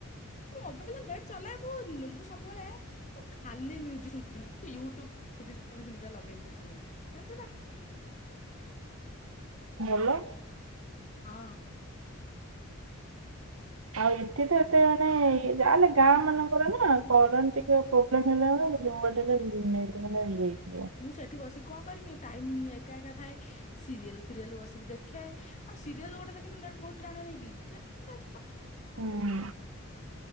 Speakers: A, on the left; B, on the right.
A: ମୋବାଇଲ ନେଟ୍ ଚଲାଏ ମୁଁ ସବୁବେଳେ ମୁଁ ଖାଲି ମ୍ୟିଜୁକ୍ ଶୁଣେନି। ୟୁୁ ଟୁବ ଶୁଣି ଶୁଣିକା ଲଗେଇକି ଶୁଣେ ଯାଚୁନା।
B: ଭଲ।
A: ହଁ।
B: ଆଉ ଏଠିତ ଏତେ। ନାଇଁ ଯା ହେଲେ ଗାଁ ମାନଙ୍କର ନା କରନ୍ତି ଟିକେ ପ୍ରୋବ୍ଲେମ ହେଲେ <inaudible> ଭିନେ। ମାନେ ଇଏ। ହେଇଯିବ।
A: ମୁଁ ସେଠି ବସିିକି କଣ କରିମି ଟାଇମ୍ ଏକା ଏକା ଥାଏ। ସିରିଏଲ ଫିରିଏଲ ବସିକି ଦେଖେ ଆ ସିରିଏଲ ଗୋଟେ ଦେଖ ନେଟ୍ ବହୁତ୍ ଟାଣେ ନେଇକି କେତେ ଦେଖ। କହିବୁ ତ
B: ହୁଁ।
A: ଆଉ